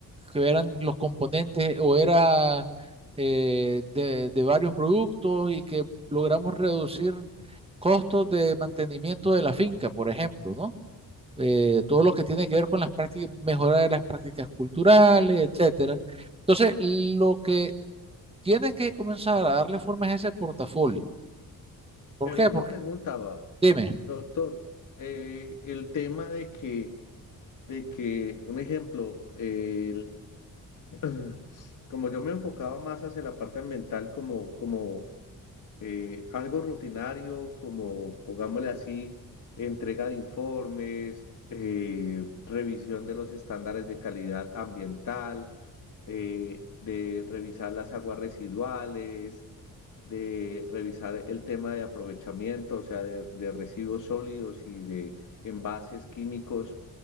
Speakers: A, on the right; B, on the left.
A: que eran los componentes o era eh, de, de varios productos y que logramos reducir costos de mantenimiento de la finca, por ejemplo, ¿no? Eh, todo lo que tiene que ver con las prácticas, mejorar de las prácticas culturales, etcétera. Entonces, lo que tienes que comenzar a darle forma es ese portafolio. ¿Por
B: Pero
A: qué?
B: una
A: Porque,
B: pregunta, va,
A: dime,
B: doctor, eh, el tema de que, de que, un ejemplo, el- <clears throat> como yo me enfocaba más hacia la parte ambiental, como, como eh, algo rutinario como, pongámosle así, entrega de informes, eh, revisión de los estándares de calidad ambiental, eh, de revisar las aguas residuales, de revisar el tema de aprovechamiento, o sea, de, de residuos sólidos y de envases químicos.